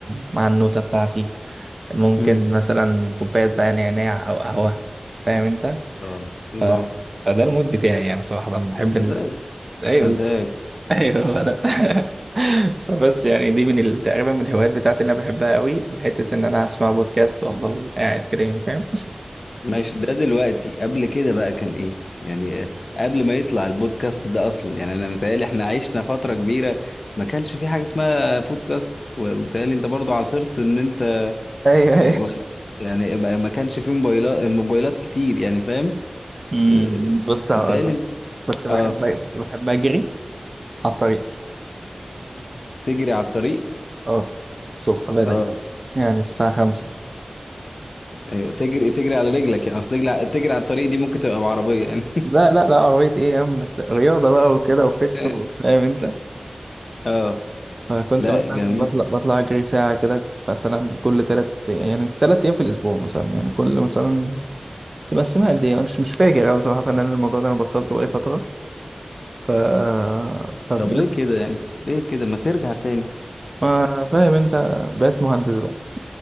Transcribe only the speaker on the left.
امم
آه. الله
مزاج
مزاج
ماشي ده دلوقتي قبل كده بقى كان ايه يعني آه، قبل ما يطلع البودكاست ده اصلا يعني انا متهيألي احنا عشنا فترة كبيرة ما كانش في حاجة اسمها بودكاست ومتهيألي انت برضو عاصرت ان انت
آه، ولا يعني ما ما كانش في موبايلات موبايلات كتير يعني فاهم
آه،
متهيألي
انت-
اه
تجري على الطريق
اه
ايوه تجري تجري على رجلك يعني اصل تجري على- تجري على الطريق دي ممكن تبقى بعربية يعني
<laughs>
اه
لا
جميل
طب ليه كده يعني ليه كده ما ترجع تاني